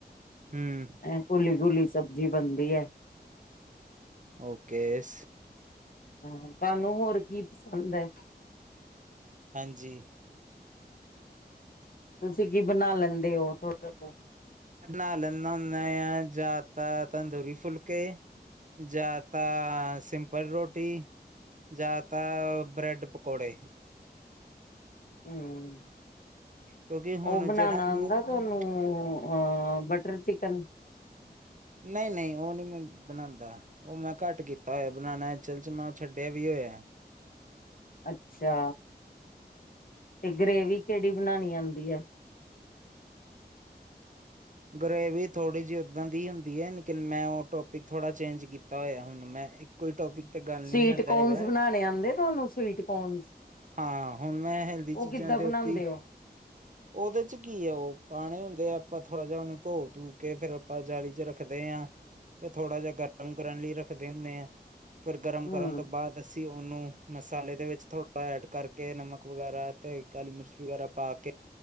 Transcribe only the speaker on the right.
ਹਮ
ਓਕੇ ਸ।
ਹਾਂਜੀ।
ਮੈ ਬਣਾ ਲੈਂਦਾ ਹੁੰਦਾ ਆ ਜਾਤ ਤੰਦੂਰੀ-ਫੁਲਕੇ ਜਾਂ ਤਾਂ ਸਿੰਪਲ ਰੋਟੀ ਜਾਂ ਤਾਂ ਬ੍ਰੈਡ-ਪਕੌੜੇ
ਕਿਉਂਕਿ ਹੁਣ
ਜਿਹੜਾ ਮੈਂ-
ਨਹੀਂ-ਨਹੀਂ ਉਹ ਨਹੀਂ ਮੈਂ ਬਣਾਉਂਦਾ। ਉਹ ਮੈਂ ਘੱਟ ਕੀਤਾ ਹੋਇਆ ਬਣਾਉਣਾ ਅਸਲ ਚ ਮੈਂ ਛੱਡਿਆ ਵੀ ਹੋਇਆ।
ਗਰੇਵੀ ਥੋੜੀ ਜਿਹੀ ਓਦਾਂ ਦੀ ਹੁੰਦੀ ਹੈ। ਲੇਕਿਨ ਮੈਂ ਉਹ ਟੋਪਿਕ ਥੋੜਾ ਚੇਂਜ ਕੀਤਾ ਹੋਇਆ। ਹੁਣ ਮੈਂ ਇੱਕ ਕੋਈ ਟੋਪਿਕ ਤੇ ਗੱਲ
ਨਹੀਂ ਕਰਦਾ
ਹੈਗਾ।
ਹਾਂ, ਹੁਣ ਮੈਂ ਹੈਲਦੀ
ਚੀਜ਼ਾਂ
ਦੇ
ਉੱਤੇ ਇ।
ਉਹਦੇ ਚ ਕੀ ਆ ਉਹ ਪਾਣੇ ਹੁੰਦੇ ਆਪਾਂ ਤਾਂ ਥੋੜ੍ਹਾ ਜਿਹਾ ਉਹਨੂੰ ਧੋ-ਧੂ ਕੇ ਫੇਰ ਆਪਾਂ ਜਾਲੀ ਚ ਰੱਖਦੇ ਹਾਂ। ਫਿਰ ਥੋੜਾ ਜਿਹਾ ਗਰਮ ਕਰਨ ਲਈ ਰੱਖਦੇ ਹੁੰਦੇ ਆ ਫਿਰ ਗਰਮ
ਕਰਨ ਤੋਂ ਬਾਅਦ। ਅੱਸੀਂ ਉਹਨੂੰ ਮਸਾਲੇ ਦੇ ਵਿੱਚ ਥੋੜ੍ਹਾ ਐਡ ਕਰਕੇ ਨਮਕ ਵਗੈਰਾ ਤੇ ਕਾਲੀ ਮਿਰਚ ਵਗੈਰਾ। ਪਾ ਕੇ